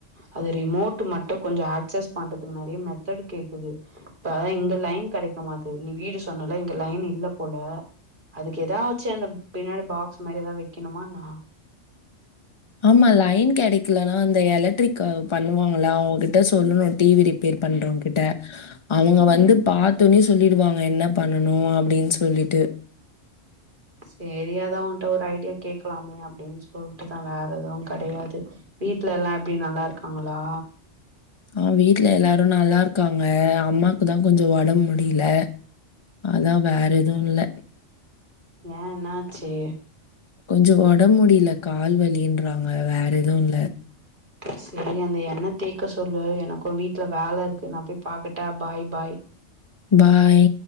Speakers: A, on the right (about 40°); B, on the left (about 30°).
A: அது ரிமோட் மட்டு கொஞ்சம் ஆக்சஸ் பண்றதுக்கு நிறைய மெத்தட் கேடக்குது <inaudible> இப்ப இங்க லைன் கிடைக்க மாட்டது நீ வீடு சுத் நால இங்க லைன் இல்ல போல அதுக்கு எதாவச்சு அந்த பின்னாடி பாக்ஸ் மாரி எதாது வைக்கணுமான்னா
B: ஆமா லைன் கெடைக்லனா அந்த எலக்ட்ரிக் அ பண்ணுவாங்கல்ல அவங்கிட்ட சொல்லுணு டிவி ரிப்பேர் பண்றவங்கிட்ட அவுங்க வந்து பாத்தோனே சொல்லிடுவாங்க என்ன பண்ணணு அப்டின் சொல்லிட்டு
A: சேரி அதா உன்ட்ட ஒரு ஐடியா கேக்கலாமே அப்டின் சொல்ட்டுதா வேற எதுவும் கெடையாது வீட்ல எல்லா எப்டி நல்லாருக்காங்களா
B: அ வீட்ல எல்லாரு நல்லாருக்காங்க அம்மாக்குதா கொஞ்சோ ஒடம்முடில அதா வேற எதுவு இல்ல
A: ஏ என்னாச்சு
B: கொஞ்சோ ஒடம்முடியல கால் வலின்றாங்க வேற எதுவு இல்ல
A: சேரி அந்த என்ன தேக்க சொல்லு எனக்கு வீட் ல வேல இருக்கு நா போய் பாக்குட்டா பாய் பாய்
B: பாய்.